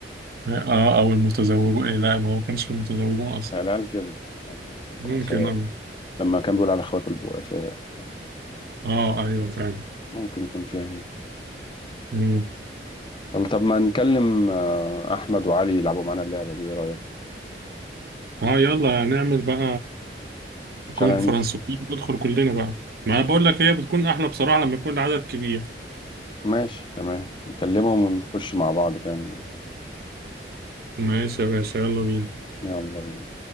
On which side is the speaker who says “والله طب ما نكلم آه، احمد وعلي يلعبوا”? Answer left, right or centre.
Left